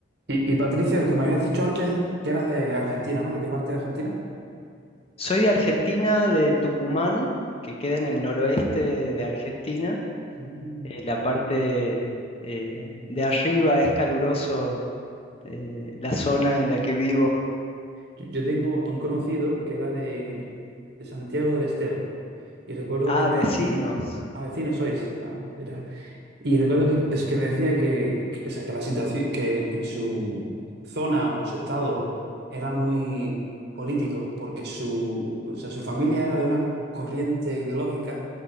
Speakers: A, on the right; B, on the left.
A: Y, y Patricio, que me habías dicho antes que eras de Argentina, ¿no? ¿De qué parte de Argentina?
B: Soy de Argentina, de Tucumán, que queda en el noroeste de Argentina.
A: Mm.
B: Eh, la parte eh, de arriba es caluroso, eh, la zona en la que vivo.
A: Yo, yo tengo un conocido que era de, de Santiago del Estero y recuerdo
B: Ah,
A: que me...
B: vecinos.
A: Ah, vecino sois. Ah, mira. Y recuerdo que, es que me decía que, que- o sea, que la situación, que en su zona o su estado era muy político porque su, o sea, su familia era de una corriente ideológica